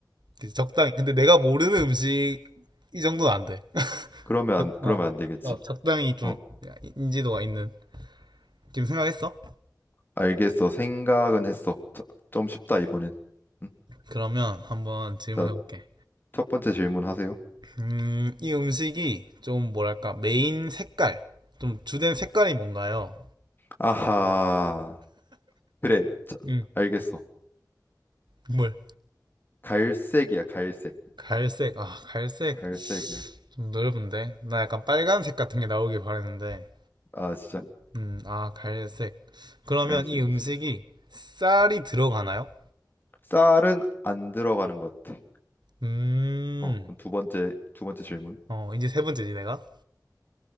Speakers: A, on the right (about 85°); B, on the left (about 30°).
A: 그치, 적당히. 근데 내가 모르는 음식 이 정도는 안 돼.
B: 그러면 안,
A: 적- 어.
B: 그러면 안 되겠지.
A: 어, 적당히 좀
B: 어,
A: 인지도가 있는. 지금 생각했어?
B: 알겠어. 생각은 했어. 저- 좀 쉽다 이번에는. 음,
A: 그러면 한번 질문해볼게.
B: 자, 첫 번째 질문 하세요.
A: 음, 이 음식이 좀 뭐랄까 메인 색깔, 좀 주된 색깔이 뭔가요?
B: 아하. 그래. 자,
A: 음,
B: 알겠어.
A: 뭘?
B: 갈색이야, 갈색.
A: 갈색. 아, 갈색
B: 갈색이야.
A: 좀 넓은데. 나 약간 빨간색 같은 게 나오길 바랬는데.
B: 아, 진짜
A: 음, 아, 갈색. 그러면
B: 갈색이지.
A: 이 음식이 쌀이 들어가나요?
B: 쌀은 안 들어가는 것 같아.
A: 음,
B: 어, 그럼 두 번째, 두 번째 질문.
A: 어, 이제 세 번째지 내가.